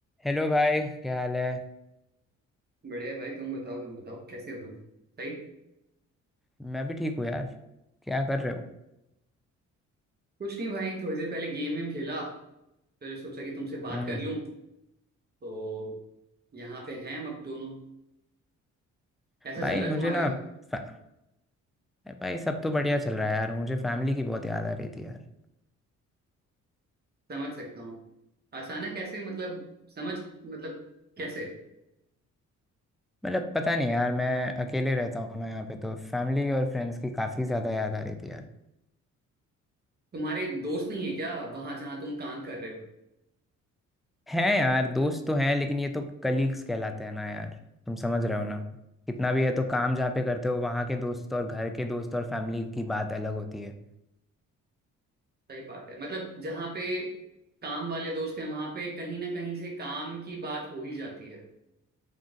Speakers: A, in the centre; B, on the right (about 30°).
A: Hello भाई क्या हाल है
B: बढ़िया भाई तुम बताओ तुम बताओ कैसे हो तुम सही
A: मैं भी ठीक हूँ यार क्या कर रहे हो
B: कुछ नहीं भाई थोड़ी देर पहले गेम में खेला फिर सोचा कि तुमसे बात
A: हम्म
B: कर लूं तो यहाँ पे हैं हम अब दोनों कैसा
A: भाई
B: चल रहा है
A: मुझे
B: तुम्हारा
A: ना फै- भाई सब तो बढ़िया चल रहा है यार मुझे फैमिली की बहुत याद आ रही थी यार
B: समझ सकता हूँ अचानक कैसे मतलब समझ मतलब कैसे
A: मतलब पता नहीं यार मैं अकेले रहता हूँ ना यहाँ पे तो फैमिली और फ्रेंड्स की काफ़ी ज़्यादा याद आ रही थी यार
B: तुम्हारे दोस्त नहीं है क्या वहां जहाँ तुम काम कर रहे हो
A: हैं यार दोस्त तो हैं लेकिन ये तो कलीग्स कहलाते हैं ना यार तुम समझ रहे हो ना कितना भी है तो काम जहाँ पे करते हो वहाँ के दोस्त और घर के दोस्त और फैमिली की बात अलग होती है
B: सही बात है मतलब जहाँ पे काम वाले दोस्त हैं वहां पे कहीं ना कहीं से काम की बात हो ही जाती है